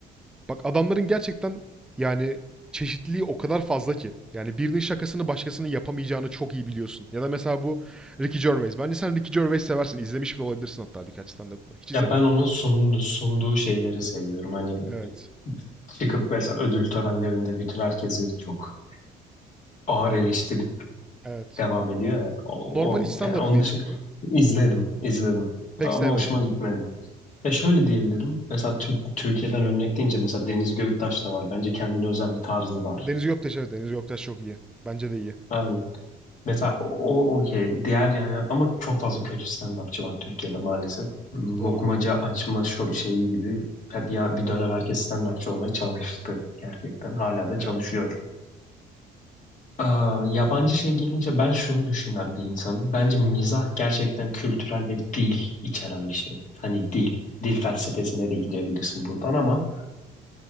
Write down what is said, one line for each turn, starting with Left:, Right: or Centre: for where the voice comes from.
Centre: Bak adamların gerçekten yani çeşitliliği o kadar fazla ki. Yani birinin şakasını başkasının yapamayacağını çok iyi biliyorsun. Ya da mesela bu Ricky Gervais. Bence sen Ricky Gervais seversin. İzlemiş bile olabilirsin hatta birkaç stand-up'ını. Hiç izledin
Left: Ya ben
Centre: mi?
Left: onun sunduğu, sunduğu şeyleri seviyorum. Hani
Centre: Evet.
Left: çıkıp mesela ödül törenlerinde bütün herkesi çok ağır eleştirip
Centre: Evet.
Left: devam ediyor ya. O,
Centre: Normal
Left: o
Centre: hiç stand-up'ını
Left: yani onun
Centre: izledim
Left: dışında
Centre: mi?
Left: izledim, izledim.
Centre: Pek
Left: Ama
Centre: sevmedim
Left: hoşuma
Centre: ama.
Left: gitmedi. Ya şöyle diyebilirim. Mesela Türk, Türkiye'den örnek deyince mesela Deniz Göktaş da var. Bence kendine özel bir tarzı var.
Centre: Deniz Göktaş evet. Deniz Göktaş çok iyi. Bence de iyi.
Left: Aynen. Mesela o o okey. Diğer yani ama çok fazla kötü stand-upçı var Türkiye'de maalesef. Lokmaca
Centre: Doğru.
Left: açma şo- şeyi gibi bir, bir dönem herkes stand-upçı olmaya çalıştı gerçekten. Hala da çalışıyor.
Centre: Evet.
Left: Aa, yabancı şey gelince ben şunu düşünen bir insanım. Bence mizah gerçekten kültürel ve dil içeren bir şey. Hani dil, dil felsefesine de gidebilirsin buradan ama